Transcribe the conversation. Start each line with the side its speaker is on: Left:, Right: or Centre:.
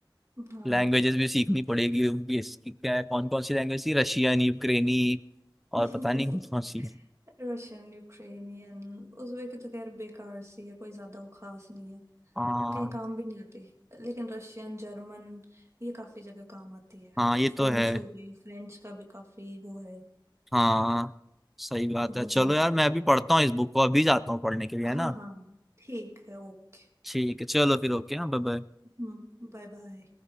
Right: हाँ
Centre: लैंग्वेजेस भी सीखनी पड़ेगी उनकी इसकी क्या है कौन कौन सी लैंग्वेज थी रशियन यूक्रेनी और
Right: <laughs>
Centre: पता नहीं कौन कौन सी है
Right: Russian Ukrainian उज़्बेक की तो खैर बेकार सी है कोई ज्यादा वो खास नहीं है
Centre: हाँ
Right: कहीं काम भी नहीं आती लेकिन रशियन जर्मन ये काफी जगह काम आती है
Centre: हाँ ये तो
Right: फ्रेंच
Centre: है
Right: हो गई फ्रेंच का भी काफी वो है
Centre: हाँ सही बात
Right: हम्म
Centre: है चलो यार मैं अभी पढ़ता हूँ इस बुक को अभी जाता हूँ पढ़ने के लिए
Right: हाँ
Centre: है ना
Right: हाँ ठीक है ओके
Centre: ठीक है चलो फिर ओके हाँ बाय बाय।
Right: हम्म बाय बाय